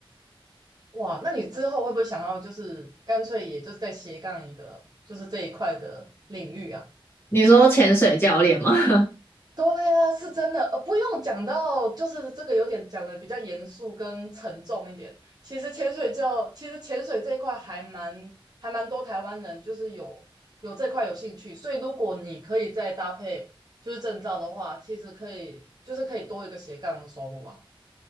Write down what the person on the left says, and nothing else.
你说潜水教练吗？